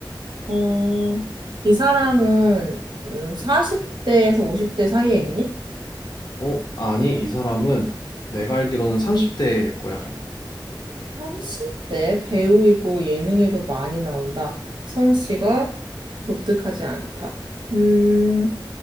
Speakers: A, on the right; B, on the left.
A: 어, 이 사람은 음, 40대에서 50대 사이에 있니?
B: 어, 아니, 이 사람은 내가 알기로는 30대일 거야.
A: 30대 배우이고 예능에도 많이 나온다. 성씨가 독특하지 않다. 음,